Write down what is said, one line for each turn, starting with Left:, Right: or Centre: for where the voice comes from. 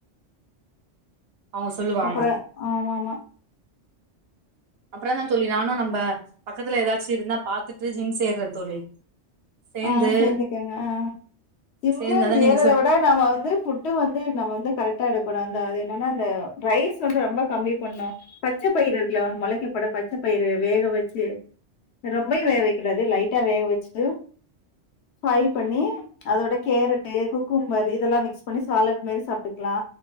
Right: அவங்க சொல்லுவாங்க
Left: அப்பற ஆமா ஆமா
Right: அப்பறந்தா தோழி நானு நம்ம பக்கத்துல எதாச்சு இருந்தா பாத்துட்டு ஜிம் சேர்றே தோழி சேந்து
Left: ஆ சேர்ந்துக்கங்க ஆ ஜிம்மு
Right: சேந்தாதா நீங்க
Left: ஏறத
Right: சொல்
Left: விட நம்ம வந்து ஃபுட்டு வந்து நம்ம வந்து கரெக்டா எடுக்கணு அந்த அது என்னன்னா அந்த ரைஸ் வந்து ரொம்ப கம்மி பண்ணணு பச்சப்பயிறு இருக்குல மொளைக்க போற பச்சப்பயிறு வேக வச்சு ரொம்பயு வேக வைக்கா கூடாது லைட்டா வேக வச்சுட்டு ஃபாய்ல் பண்ணி அதோட கேரட்டு குக்கும்மர் இதெல்லா மிக்ஸ் பண்ணி சாலட் மாரி சாப்பிட்டுக்கலா